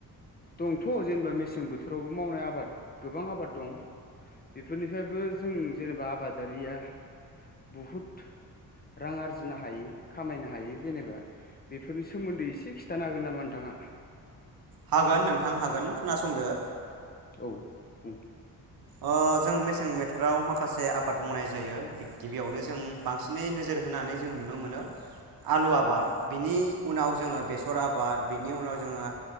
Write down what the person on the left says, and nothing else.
दंथ' जेनेबा मेसें बोथोरावबो मावनाय आबाद गोबां आबाद दं। बेफोरनिफ्रायबो जों जेनेबा आबादारिया बहुद रां आरजिनो हायो खामायनो हायो जेनेबा बेफोरनि सोमोन्दै एसे खिथानो हागोन नामा? राङा
औ बुं
औ